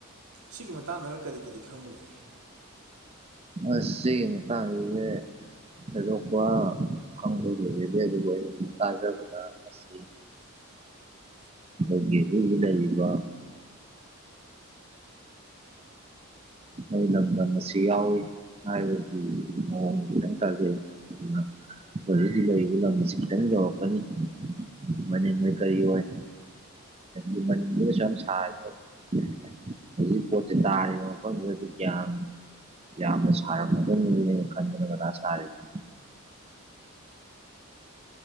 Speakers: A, on the right; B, on the right.
A: ꯁꯤꯒꯤ ꯃꯇꯥꯡꯗꯒ ꯀꯔꯤ ꯀꯔꯤ ꯈꯪꯕ ꯂꯩ?
B: ꯑꯁ ꯁꯤꯒꯤ ꯃꯇꯥꯡꯖꯤꯗꯤ ꯊꯣꯏꯗꯣꯛꯄ ꯈꯪꯕꯗꯤ ꯂꯩꯖꯗꯦ ꯑꯗꯨꯕꯨ ꯑꯩ ꯇꯥꯖꯕꯗ ꯑꯁ
A: <inaudible>
B: ꯈꯣꯏꯒꯤ <unintelligible> ꯂꯩꯔꯤꯕ ꯑꯩ ꯂꯝꯗꯝ ꯑꯁꯤ ꯌꯥꯎꯏ꯫ ꯍꯥꯏꯕꯗꯤ ꯃꯑꯣꯡ ꯈꯤꯇꯪ ꯀꯜꯂꯤ ꯑꯗꯨꯅ ꯍꯧꯖꯤꯛ ꯍꯧꯖꯤꯛ ꯂꯩꯔꯤꯕ ꯂꯝ ꯑꯁꯤ ꯈꯤꯇꯪ ꯌꯧꯔꯛꯀꯅꯤ ꯃꯅꯤꯟ ꯑꯣꯏ ꯀꯔꯤ ꯑꯣꯏ <unintelligible> ꯃꯅꯤꯟꯗꯨꯅ ꯁꯨꯝ ꯁꯥꯔꯒ <unintelligible> ꯗꯗꯤ ꯒ꯭ꯌꯥꯟ ꯌꯥꯝꯅ ꯁꯥꯔꯝꯃꯗꯕꯅꯤꯅꯦꯅ ꯈꯟꯗꯅ ꯃꯊꯥ ꯁꯥꯔꯤꯅꯤ꯫